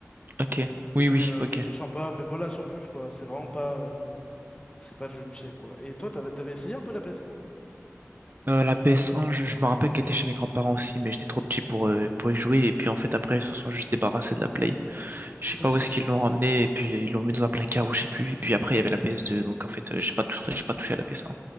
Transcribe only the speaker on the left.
Mais euh,
c'est sympa, mais voilà, sans plus quoi. C'est vraiment pas, euh, c'est pas le jeu du siècle quoi. Et toi, t'avais, t'avais essayé un peu la PS1?
Ça
c'est,